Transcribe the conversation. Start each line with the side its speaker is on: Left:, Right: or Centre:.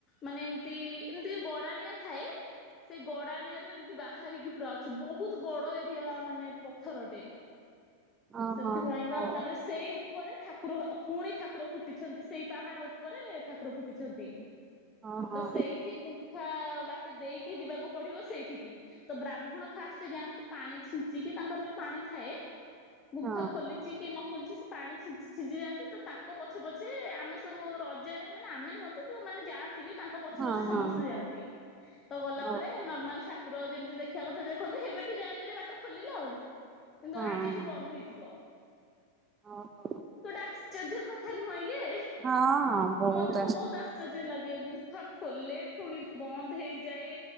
Left: ମାନେ ଏମତି ଏମତି ଗଡାଣିଆ ଥାଏ ସେ ଗଡାଣିଆରୁ ଏମତି ବାହାରିକି ପୁରା ଅଛି ବହୁତ ବଡ ଏରିଆ ମାନେ ପଥରଟେ
Right: ଓହୋ
Left: ସେଥିପାଇଁ ପାଇଁ
Right: ହଉ
Left: ପା ତାପରେ ସି ସେଇ ଉପରେ ଠାକୁର ଅ ପୁଣି ଠାକୁର ଫୁଟିଛନ୍ତି ସେଇ ପାହାଡ ଉପରେ ଠାକୁର ଫୁଟିଛନ୍ତି।
Right: ଓହୋ
Left: ତ ସେଇଠି ଗୁମ୍ଫା ବାଟେ ଦେଇକି ଯିବାକୁ ପଡିବ ସେଇଠିକି। ତ ବ୍ରାହ୍ମଣ ଫାଷ୍ଟ ଯାଆନ୍ତି ପାଣି ଛିଞ୍ଚିକି ତାଙ୍କର ଯୋଉ ପାଣି ଥାଏ ଗୁମ୍ଫା
Right: ହଁ
Left: ଖୋଲିଛି କି ନ ଖୋଲିଛି ସେ ପାଣି ଛିଞ୍ଚି ଛିଞ୍ଚି ଯାଆନ୍ତି ତ ତାଙ୍କ ପଛେ ପଛେ ଆମେ ସବୁ ରଜରେ ମାନେ ଆମେ ନୁହଁନ୍ତୁ ଯୋଉମାନେ ଯାଆ ବି ତାଙ୍କ ପଛ
Right: ହଁ
Left: ପଛେ ସମସ୍ତେ
Right: ହଁ
Left: ଯାଆନ୍ତି ତ ଗଲା
Right: ଓହୋ
Left: ପରେ ନମାର୍ଲ ଠା ତ ଯେମିତି ଦେଖିବା କଥା ଦେଖନ୍ତି ହେବେଠୁ ଯାଇଲୁ ଯେ ବାଟ ଖୋଲିଲା ଆଉ କିନ୍ତୁ
Right: ହଁ
Left: ଆଜିଠୁ
Right: ହଁ
Left: ବନ୍ଦ ହେଇ ଯିବ
Right: ଓହୋ।
Left: ଗୋଟେ ଆଶ୍ଚର୍ଯ୍ୟ କଥା ନୁହଁ ଇଏ।
Right: ହଁ ହଁ ବହୁତ
Left: ମତେ ତ ବହୁତ୍ ଆଶ୍ଚର୍ଯ୍ୟ ଲାଗେ ଗୁମ୍ଫା ଖୋଲେ ପୁଣି ବନ୍ଦ ହେଇଯାଏ